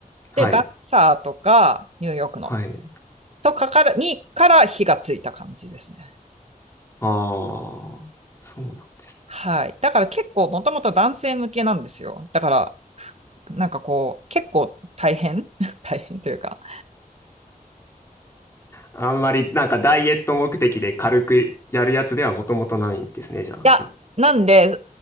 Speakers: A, on the left; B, on the right.
A: はい。
B: で、ダンサーとか、ニューヨークの、
A: はい。
B: とかから、にから火がついた感じですね。
A: ああ、そうなんですね。
B: はい。だから結構もともと男性向けなんですよ。だから、なんかこう、結構大変 <laughs> 大変というか。
A: あんまりなんかダイエット目的で軽くやるやつではもともとないんですね、
B: いや、
A: じゃあ。やっ
B: なんで、